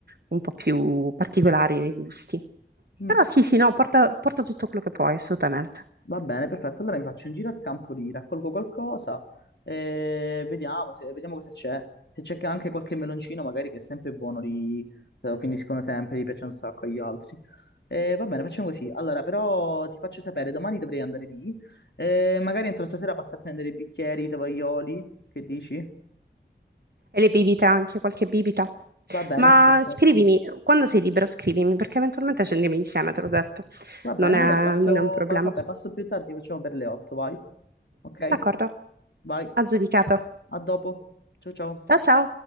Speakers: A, on the right; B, on the left.
A: un po' più particolari nei gusti.
B: Mm.
A: Però sì, sì, no, porta, porta tutto quello che puoi, assolutamente.
B: Va bene, perfetto. Allora mi faccio un giro al campo lì, raccolgo qualcosa e vediamo, se, vediamo cosa c'è. Se c'è che anche qualche meloncino, magari che è sempre buono, li, se lo finiscono sempre, gli piace un sacco agli altri. E va bene, facciamo così. Allora, però ti faccio sapere, domani dovrei andare lì. E magari entro stasera passo a prendere i bicchieri, i tovaglioli, che dici?
A: E le bibite anche, qualche bibita.
B: Va bene,
A: Ma
B: perfetto.
A: scrivimi, quando sei libero scrivimi, perché eventualmente ci andiamo insieme, te l'ho detto.
B: Va bene,
A: Non è,
B: allora passo,
A: non è un problema.
B: pa- vabbè, passo più tardi, facciamo per le 8, vai. Ok?
A: D'accordo,
B: Vai.
A: aggiudicato.
B: A dopo. Ciao ciao.
A: Ciao ciao!